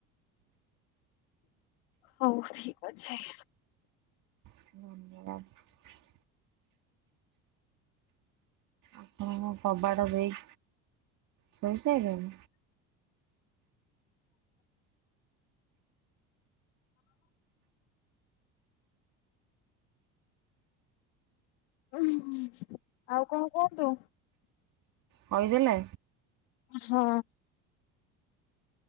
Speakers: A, on the left (about 80°); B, on the right (about 55°).
A: ହଉ ଠିକ୍ ଅଛି।
B: <unintelligible> ଆପଣ କଣ କବାଟ ଦେଇ ଶୋଇସାଇଲେଣି?
A: ଉଁ ଆଉ କଣ କୁହନ୍ତୁ?
B: କହିଦେଲେ?
A: ହଁ।